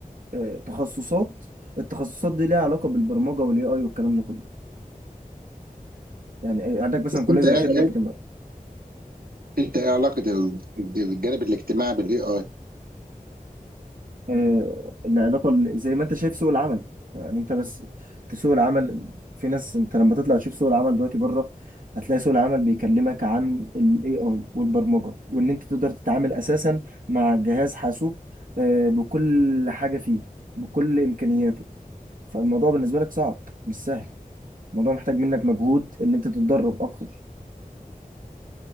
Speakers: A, on the right; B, on the right.
A: آه، تخصصات التخصصات دي ليها علاقة بالبرمجة والاي اي والكلام ده كله يعني إيه، عندك مثلا
B: بس
A: كلية
B: انت
A: زي
B: ايه
A: خدمة اجتماعية
B: إيه- انت ايه علاقه ال- الجانب الاجتماعي بالاي اي
A: آه، العلاقة ال- زي ما انت شايف سوق العمل يعني انت بس في سوق العمل في ناس انت لما تطلع تشوف سوق العمل دلوقتي بره هتلاقي سوق العمل بيكلمك عن ال AI والبرمجة وان انت تقدر تتعامل اساسا مع جهاز حاسوب آه، بكل حاجة فيه بكل امكانياته فالموضوع بالنسبة لك صعب مش سهل الموضوع محتاج منك مجهود ان انت تتدرب اكتر